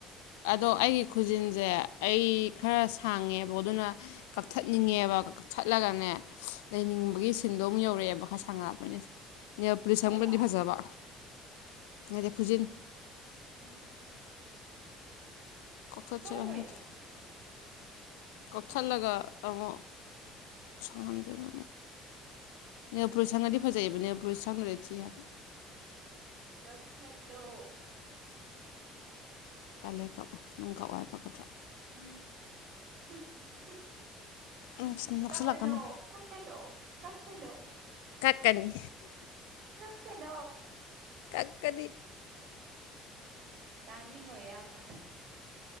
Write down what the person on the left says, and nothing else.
ꯑꯗꯣ ꯑꯩꯒꯤ ꯈꯨꯖꯤꯟꯁꯦ ꯑꯩ ꯈꯔ ꯁꯥꯡꯉꯦꯕ ꯑꯗꯨꯅ ꯀꯛꯊꯠꯅꯤꯡꯉꯦꯕ ꯀꯛꯊꯠꯂꯒꯅꯦ ꯂꯩꯅꯤꯡꯕꯒꯤ ꯁꯤꯟꯗꯣ ꯑꯃꯨꯛ ꯌꯧꯔꯛꯑꯦꯕ ꯈꯔ ꯁꯥꯡꯉꯛꯑꯕꯅꯤꯅ ꯅꯦꯜ ꯄꯨꯂꯤꯁ
ꯁꯪꯕꯗꯤ ꯐꯖꯕ ꯅꯠꯆꯦ ꯈꯨꯖꯤꯟ
ꯀꯛꯊꯠ
ꯁꯤꯔ ꯈꯪꯗꯦ
ꯀꯛꯊꯠꯂꯒ ꯑꯃꯨꯛ ꯁꯪꯍꯟꯖꯤꯔꯣ ꯅꯦꯜꯄꯨꯂꯤꯁ ꯁꯪꯉꯗꯤ
ꯐꯖꯩꯌꯦꯕ ꯅꯦꯜꯄꯨꯂꯤꯁ ꯁꯪꯉꯗꯤ ꯊꯤ ꯍꯥꯏꯕ
ꯇꯜꯂꯦ ꯀꯛꯄ ꯅꯪ ꯀꯛꯑꯣ ꯍꯥꯏ ꯀꯛꯀꯗ꯭ꯔꯥ
ꯎꯝ
ꯅꯣꯛꯁꯤꯜꯂꯛꯀꯅꯨ
ꯀꯅꯤ
ꯀꯛꯀꯅꯤ